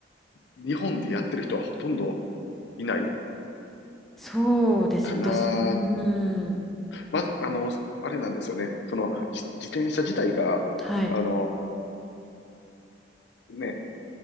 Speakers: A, on the left; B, in the centre.
A: 日本でやってる人はほとんどいない
B: そうですね、
A: かな。
B: 私、うーん。
A: まず、あの、あれなんですよね。その、じ自転車自体が、
B: はい。
A: あの、ね、